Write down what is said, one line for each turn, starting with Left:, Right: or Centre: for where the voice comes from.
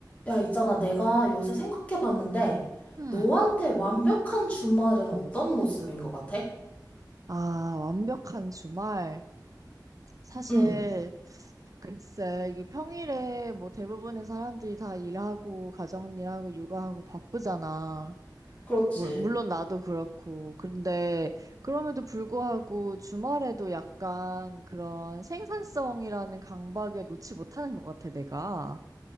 Left: 야, 있잖아. 내가 요새 생각해 봤는데,
Right: 응,
Left: 너한테 완벽한 주말은 어떤 모습인 것 같아?
Right: 아, 완벽한 주말. 사실,
Left: 응,
Right: 글쎄, 이게 평일에 뭐 대부분의 사람들이 다 일하고, 가정일하고, 육아하고 바쁘잖아.
Left: 그렇지.
Right: 물- 물론 나도 그렇고. 그런데, 그럼에도 불구하고 주말에도 약간 그런 생산성이라는 강박에 놓지 못하는 것 같아, 내가.